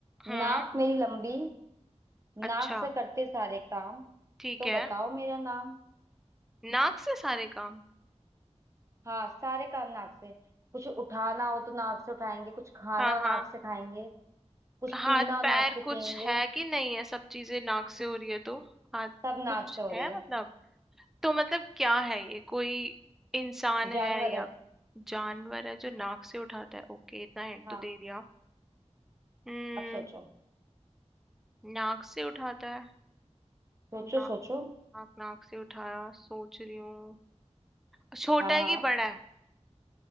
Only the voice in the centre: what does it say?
हम्म
अच्छा
ठीक
है
नाक से सारे काम
हाँ
हाँ
हाथ
पैर
कुछ है कि नहीं है सब चीजें नाक से हो रही है तो हाथ
कुछ
है
मतलब तो मतलब क्या है ये कोई इंसान है
या
जानवर है जो नाक से उठाता है ओके इतना हिंट
तो दे दिया हम्म
नाक से उठाता है
नाक
नाक नाक से उठाया सोच रही हूँ छोटा
है
कि बड़ा है